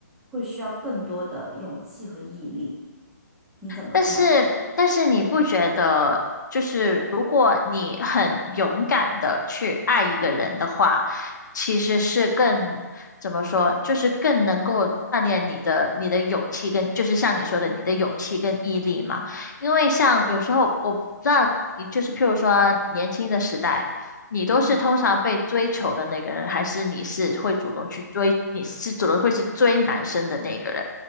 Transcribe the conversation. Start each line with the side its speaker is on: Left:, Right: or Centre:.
Centre: 会需要更多的勇气和毅力。你怎么看？
Left: 但是，但是你不觉得，就是如果你很勇敢的去爱一个人的话，其实是更，怎么说，就是更能够锻炼你的你的勇气跟，就是像你说的，你的勇气跟毅力嘛。因为像有时候我不知道，你就是譬如说年轻的时代，你都是通常被追求的那个人，
Centre: 嗯
Left: 还是你是会主动去追，你是主动会去追男生的那个人？